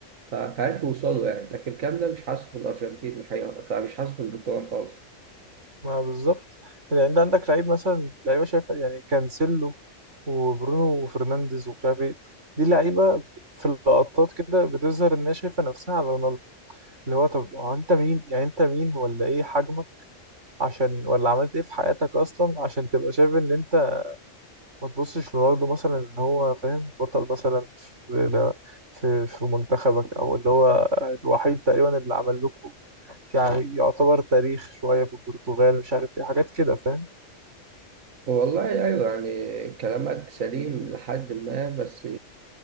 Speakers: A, on the right; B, on the right.
A: ف- فعرفوا يوصلوا يعني لكن الكلام ده مش حاصل في الأرجنتين الحقيقة فمش حاصل في البرتغال خالص
B: ما بالظبط يعني انت عندك لعيب مثلا لعيبه شايفه يعني كانسيلو وبرونو وفرنانديز ومش عارف ايه دي لعيبه في اللقطات كده بتظهر انها شايفه نفسها على رونالدو اللي هو طب هو انت مين يعني انت مين ولا ايه حجمك عشان ولا عملت ايه في حياتك اصلا عشان تبقى شايف ان انت ما تبصش لرونالدو مثلا ان هو فاهم بطل مثلا في في في منتخبك او اللي هو الوحيد تقريبا اللي عمل لكم يعني يعتبر تاريخ شوية في البرتغال مش عارف ايه حاجات كده فاهم
A: والله أيوة يعني كلامك سليم لحد ما بس